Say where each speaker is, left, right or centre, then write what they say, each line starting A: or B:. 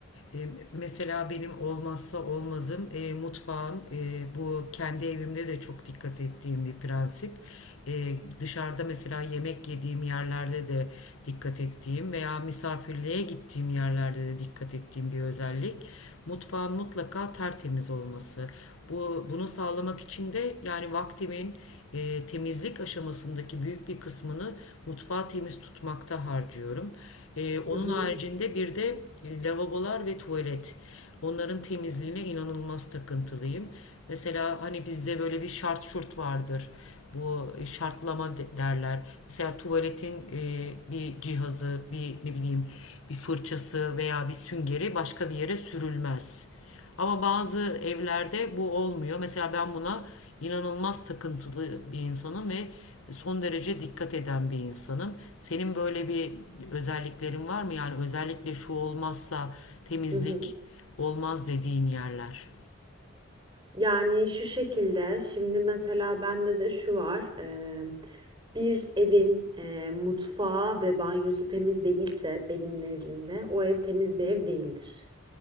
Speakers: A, on the left; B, on the right.
A: E, mesela benim olmazsa olmazım e, mutfağın e, bu kendi evimde de çok dikkat ettiğim bir prensip. E, dışarıda mesela yemek yediğim yerlerde de dikkat ettiğim veya misafirliğe gittiğim yerlerde de dikkat ettiğim bir özellik. Mutfağın mutlaka tertemiz olması. Bu, bunu sağlamak için de yani vaktimin e, temizlik aşamasındaki büyük bir kısmını mutfağı temiz tutmakta harcıyorum. E, onun
B: Hı hı,
A: haricinde bir de e, lavabolar ve tuvalet. Onların temizliğine inanılmaz takıntılıyım. Mesela hani bizde böyle bir şart şurt vardır. Bu e, şartlama de- derler. Mesela tuvaletin e, bir cihazı, bir ne bileyim bir fırçası veya bir süngeri başka bir yere sürülmez. Ama bazı evlerde bu olmuyor. Mesela ben buna inanılmaz takıntılı bir insanım ve son derece dikkat eden bir insanım. Senin böyle bir özelliklerin var mı? Yani özellikle şu olmazsa temizlik
B: hı hı.
A: olmaz dediğin yerler.
B: Yani şu şekilde şimdi mesela bende de şu var. Ee, bir evin e, mutfağı ve banyosu temiz değilse benim nezdimde o ev temiz bir ev değildir.